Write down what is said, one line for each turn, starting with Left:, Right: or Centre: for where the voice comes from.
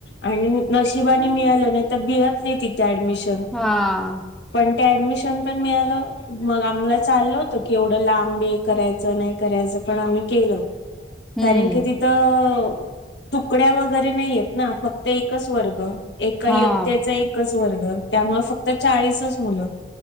Left: आणि नशिबाने मिळालं नाही तर भियत नाही तिथे ऍडमिशन.
Centre: हा,
Left: पण ते ऍडमिशन पण मिळालं मग आम्हाला चाललं होत की एवढं. लांब करायचं नाही करायचं पण आम्ही केलं
Centre: हं,
Left: कारण की ती ''--'' तर तुकड्या वगैरे नाही येत ना फक्त. ते एकच वर्ग एका
Centre: हां,
Left: इत्तेचा एकच वर्ग त्यामुळे फक्त चाळीसच मुलं.